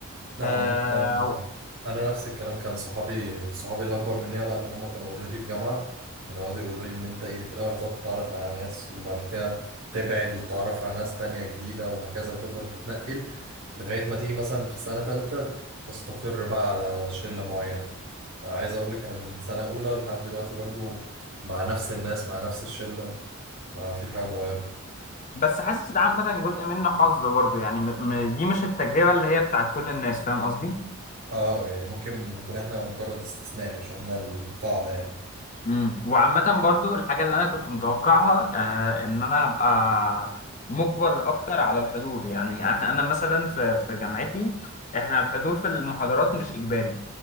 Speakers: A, on the right (about 60°); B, on the left (about 35°).
A: نعم
B: آه،
A: مثلا أنا نفس الكلام كان صحابي صحابي الأكبر مني بقى اللي هم كانوا أوريدي في جامعة كانوا يقعدوا يقولوا لي إن أنت إيه في الأول هتقعد تتعرف على ناس وبعد كده تبعد وتتعرف على ناس تانية جديدة وهكذا وتفضل تتنقل لغاية ما تيجي مثلا في سنة تالتة تستقر بقى على شلة معينة عايز اقول لك انا من سنه اولى لحد دلوقتي برضو مع نفس الناس مع نفس الشله ما فيش حاجه اتغيرت
B: بس حاسس ده عامة جزء منه حظ برضه يعني م- م- دي مش التجربة اللي هي بتاعت كل الناس فاهم قصدي؟
A: اه يعني ممكن نكون احنا مجرد استثناء مش احنا القاعده يعني
B: امم وعامة برضو الحاجة اللي أنا كنت متوقعها آه إن أنا أبقى مجبر أكتر على الحضور يعني إحنا- أنا مثلا في في جامعتي إحنا الحضور في المحاضرات مش إجباري